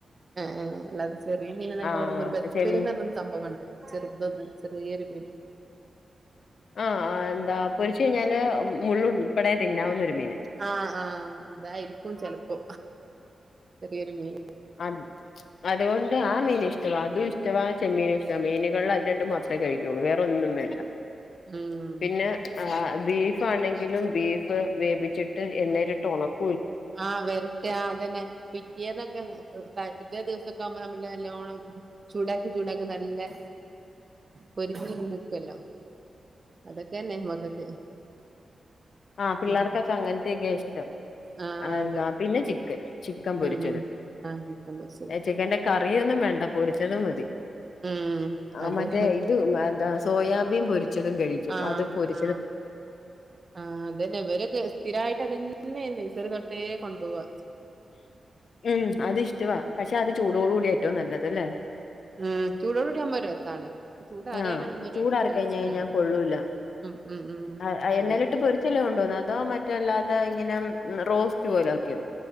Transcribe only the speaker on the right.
ആഹ അതെ ചെറിയ മീന് എന്നൊക്കെ
പറയുമ്പോ ഒരു ബതുര്ന്ന
പറഞ്ഞ സംഭവംണ്ട് ചെറുതൊന്ന് ചെറിയൊരു <inaudible>
ആഹ ആഹ് അതായിരിക്കും ചിലപ്പോ ചെറിയൊരു മീൻ.
ഉം
അതെ
ആഹ വരട്ട അതന്നെ പിറ്റേനൊക്കെ തറ്റ ദിവസൊക്കെ ആവുമ്പോ നമ്മള് നല്ലോണം ചൂടാക്കി ചൂടാക്കി നല്ല പൊരി <unintelligible>
ഉം
ആ
അതെ
ഉം ഉം ആ ചിക്കൻ പൊരിച്ചത്
ഉം
അതെ
ആ
ആ ആ അതന്നെ ഇവരെ സ്ഥിരമായിട്ട് അതന്നേണ് പേ കൊണ്ടോവാ.
മ് ചൂടോട്കൂടി ആവുമ്പത് രസാണ് ചൂടാറിയാലതൊന്നും
ഒരു
ടേസ്റ്റ്
ഉണ്ടാവൂല ഉം ഉം ഉം
അതെ